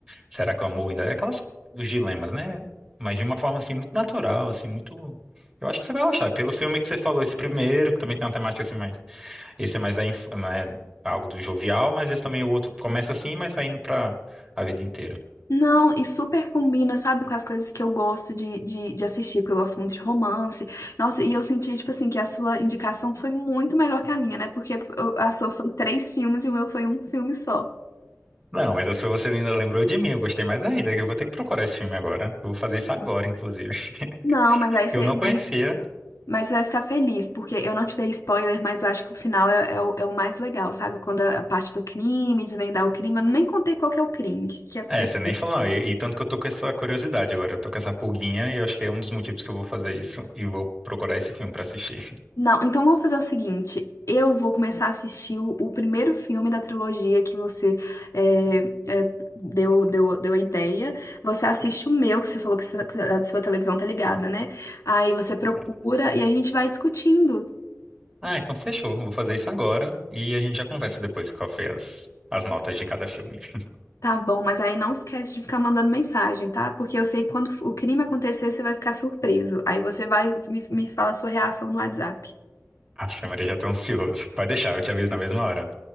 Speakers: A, on the right (about 15°); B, on the left (about 70°).
A: Será que o amor ainda... É aquelas, os dilemas, né? Mas de uma forma, assim, muito natural, assim, muito... Eu acho que você vai gostar, pelo filme que você falou, esse primeiro, que também tem uma temática, assim, mais... Esse é mais da inf... né? Algo do jovial, mas esse também, o outro começa assim, mas vai indo pra a vida inteira.
B: Não, e super combina, sabe, com as coisas que eu gosto de, de, de assistir, porque eu gosto muito de romance. Nossa, e eu senti, tipo assim, que a sua indicação foi muito melhor que a minha, né? Porque eu- a sua foi três filmes e o meu foi um filme só.
A: Não, mas se você ainda lembrou de mim, eu gostei mais ainda, que eu vou ter que procurar esse filme agora. Eu vou fazer isso agora, inclusive. <laughs>
B: Não, mas aí
A: Que
B: você,
A: eu não
B: mas,
A: conhecia.
B: mas você vai ficar feliz, porque eu não te dei spoiler, mas eu acho que o final é, é o, é o mais legal, sabe? Quando a, a parte do crime, desvendar o crime, eu nem contei qual que é o crime, o que, que aconteceu.
A: É, você nem falou, não. E, e tanto que eu tô com essa curiosidade agora, eu tô com essa pulguinha e eu acho que é um dos motivos que eu vou fazer isso e vou procurar esse filme pra assistir.
B: Não, então vamos fazer o seguinte: eu vou começar a assistir o, o primeiro filme da trilogia que você é, é, deu, deu, deu a ideia. Você assiste o meu, que você falou que, você- que a sua televisão tá ligada, né? Aí você procura
A: <laughs>
B: e a gente vai discutindo,
A: Ah, então fechou. Vou fazer isso agora e a gente já conversa depois qual foi as, as notas de cada filme. <laughs>
B: tá bom? Mas aí não esquece de ficar mandando mensagem, tá? Porque eu sei que quando o crime acontecer, você vai ficar surpreso. Aí você vai me, me fala a sua reação no WhatsApp.
A: Acho que a Maria já tá ansioso. Pode deixar, eu te aviso na mesma hora.